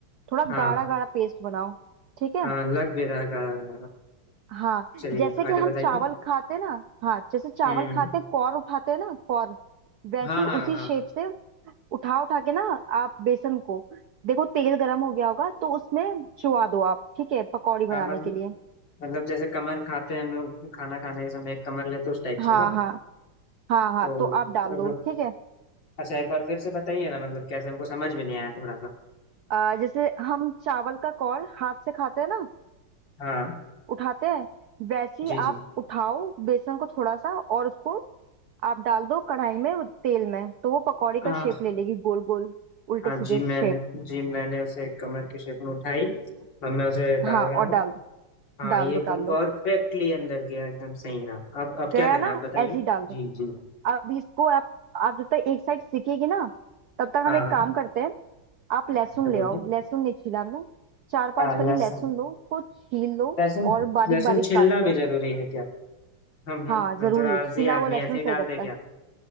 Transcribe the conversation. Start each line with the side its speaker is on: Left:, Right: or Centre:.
Right: थोड़ा
Left: हाँ
Right: गाढ़ा गाढ़ा पेस्ट बनाओ ठीक है
Left: हाँ लग भी रहा है गाढ़ा गाढ़ा
Right: हाँ
Left: चलिए
Right: जैसे कि
Left: आगे
Right: हम
Left: बताइए
Right: चावल खाते ना हाँ जैसे चावल
Left: हम्म हम्म,
Right: खाते कौर उठाते ना कौर वैसी
Left: हाँ हाँ
Right: उसी
Left: हाँ
Right: शेप से उठा उठा के ना आप बेसन को देखो तेल गरम हो गया होगा तो उसमें चुवा दो आप ठीक है पकौड़ी बनाने
Left: हाँ मतलब
Right: के लिए
Left: मतलब जैसे कमर खाते हैं हम लोग खाना खाने के समय एक कमर लेते हैं उस टाइप
Right: हाँ
Left: से ना
Right: हाँ हाँ हाँ
Left: तो
Right: तो आप डाल
Left: अब-
Right: दो ठीक है
Left: अच्छा एक बार फिर से बताइए ना मतलब कैसे हमको समझ में नहीं आया थोड़ा सा
Right: अ, जैसे हम चावल का कौर हाथ से खाते हैं ना
Left: हाँ
Right: उठाते हैं वैसे ही
Left: जी जी
Right: आप उठाओ बेसन को थोड़ा सा और उसको आप डाल दो कढ़ाई में तेल में तो वो पकौड़ी का
Left: हाँ
Right: शेप ले लेगी गोल गोल उल्टे
Left: हाँ
Right: सीधे
Left: जी मैंने
Right: शेप
Left: जी मैंने उसे कमर की शेप में उठाई अब मैं उसे
Right: हाँ
Left: डाल रहा
Right: और
Left: हूँ
Right: डाल दो
Left: हाँ
Right: डाल
Left: ये
Right: दो
Left: एकदम
Right: डाल दो
Left: परफेक्टली अंदर गया एकदम सही रहा अब अब
Right: गया
Left: क्या करना
Right: ना
Left: है आप बताइए
Right: ऐसे ही डाल
Left: जी
Right: दो
Left: जी
Right: अब इसको आप आप जब तक एक साइड सीखेगी ना तब तक
Left: हाँ
Right: हम एक काम
Left: हाँ
Right: करते हैं आप लहसुन
Left: अच्छा
Right: ले
Left: बोलिए
Right: आओ लहसुन नहीं छीला हमने चार पांच
Left: हाँ
Right: कली
Left: लहसुन
Right: लहसुन लो उसको छील लो
Left: लहसुन
Right: और बारीक
Left: लहसुन
Right: बारीक
Left: छिलना
Right: काट लो
Left: भी जरूरी है क्या हम हम
Right: हाँ जरूरी
Left: हम थोड़ा आलसी
Right: छिला हुआ
Left: आदमी
Right: लहसुन
Left: ऐसे ही
Right: सही
Left: डाल
Right: रहता
Left: दे
Right: है
Left: क्या